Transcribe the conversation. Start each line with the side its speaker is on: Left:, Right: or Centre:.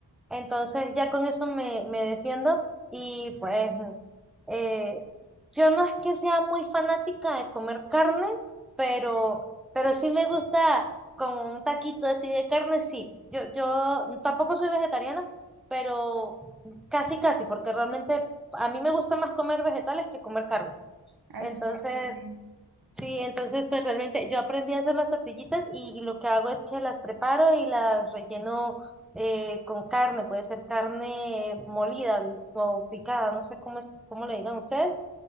Centre: entonces ya con eso me, me defiendo y pues eh, yo no es que sea muy fanática de comer carne, pero, pero sí me gusta como un taquito así de carne, sí. Yo, yo tampoco soy vegetariana, pero Casi, casi, porque realmente a mí me gusta más comer vegetales que comer carne.
Right: Ah,
Centre: Entonces,
Right: Eso está súper bien.
Centre: sí, entonces pues realmente yo aprendí a hacer las tortillitas y, y lo que hago es que las preparo y las relleno eh, con carne, puede ser carne molida o picada, no sé cómo es, cómo le digan ustedes.